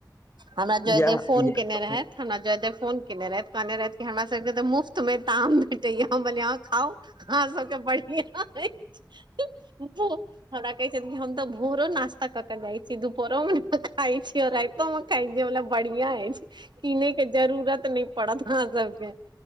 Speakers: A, on the right (about 85°); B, on the left (about 30°).
A: हमरा जयदेव
B: इएह
A: फोन
B: इएह
A: केने
B: सब
A: रहथि हमरा जयदेव फोन केने रहथि कहने रहथि हमरा सबके त मुफ्त मे ताम भेटैय हम कलियई अहाँ खाउ अहाँ सबके बढ़िया अछि हमरा कहै छथिन हम त भोरो नास्ता क क जाय छी दुपहरो मे खाइ छी केओ राइतो में खाय छी मतलब बढ़िया अछि किनय के जरूरत नहि पड़त अहाँ सबके